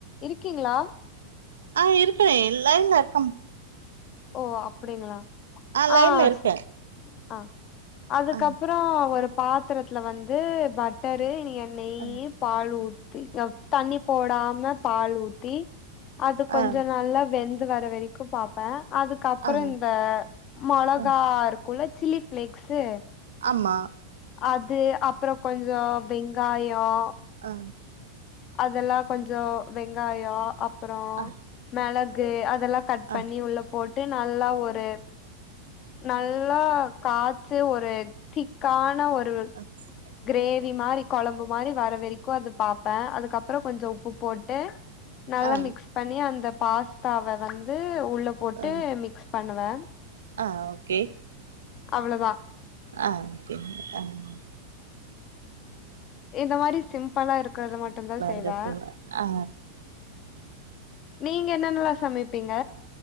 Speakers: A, on the left (about 35°); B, on the right (about 65°).
A: இருக்கீங்களா
B: ஆ இருக்க எல்லா இங்க இருக்கம்
A: ஓ அப்புடிங்களா
B: லைன்ல
A: ஆ
B: இருக்கே
A: ச அ அதுக்கப்புறோம்
B: ஆ
A: பாத்தரத்துல வந்து பட் டரு நீ நெய்யி
B: ஆ
A: பால் ஊத்தி தண்ணி போடாம பால் ஊத்தி அது கொஞ்சோ
B: ஆ
A: நல்லா வெந்து வர வெரிக்கோ பாப்ப அது அதுக்கப்புறோ
B: ஆ
A: இந்த மொளகா
B: அ
A: இருக்கோல சில்லி ஃபிளேக்ஸு -
B: ஆமா.
A: அது அப்புறோ கொஞ்சோ வெங்காயோ
B: ஆ
A: அதெல்லா கொஞ்சோ வெங்காயோ அப்புறோ
B: அ
A: மெளகு அதெல்லா கட்
B: அ
A: பண்ணி உள்ள போட்டு நல்லா ஒரு நல்லா காய்ச்சு ஒரு திக்கான ஒரு
B: <unintelligible>
A: கிரேவி மாரி கொழம்பு மாரி வர வெரிக்கோ அது பாப்பே அதுக்கப்புறோ கொஞ்சோ உப்பு போட்டு நல்லா
B: அ
A: மிக்ஸ் பண்ணி அந்த பாஸ்தாவ வந்து வந்து உள்ள போட்டு
B: அ
A: மிக்ஸ் பண்ணுவே
B: ஆ ஓகே
A: அவ்ளதா
B: ஆஹ் கே ஆஹ்
A: இந்த மாரி சிம்பல்லா இருக்றத மட்டுந்தா செய்வே
B: இருக்கு ஆ
A: நீங்க என்னென்னலா சமைப்பிங்க